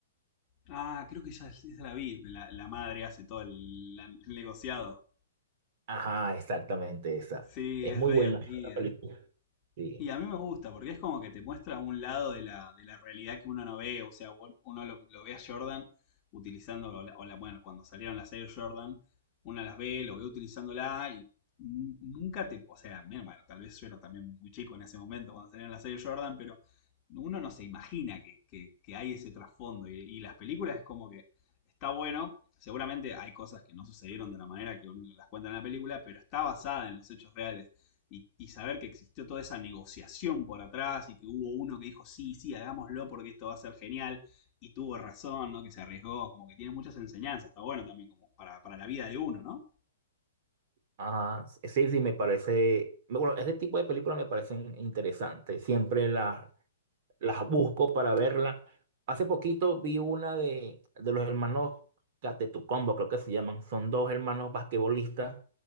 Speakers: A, on the left; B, on the right.
A: Ah, creo que ya es- la vi, la, la madre hace todo el, la- el negociado.
B: Ajá, exactamente esa.
A: Sí,
B: Es
A: es
B: muy
A: re
B: buena
A: divertida.
B: la película. Sí.
A: Y a mí me gusta, porque es como que te muestra un lado de la, de la realidad que uno no ve. O sea, vol- uno lo, lo ve a Jordan utilizando, o la- o la- bueno, cuando salieron las Air Jordan, una las ve, lo ve utilizándola y n- nunca te, o sea, menos mal, tal vez yo era también muy chico en ese momento cuando salieron las Air Jordan, pero uno no se imagina que, que- que hay ese trasfondo. Y, y las películas es como que está bueno. Seguramente hay cosas que no sucedieron de la manera que uno las cuenta en la película, pero está basada en los hechos reales y, y saber que existió toda esa negociación por atrás y que hubo uno que dijo, sí, sí, hagámoslo porque esto va a ser genial y tuvo razón, ¿no? Que se arriesgó, como que tiene muchas enseñanzas, está bueno también como para, para la vida de uno, ¿no?
B: Ah, sí, sí, me parece. Bueno, ese tipo de películas me parecen interesantes. Siempre las las busco para verla. Hace poquito vi una de, de los hermanos Catetucombo, creo que se llaman. Son dos hermanos basquetbolistas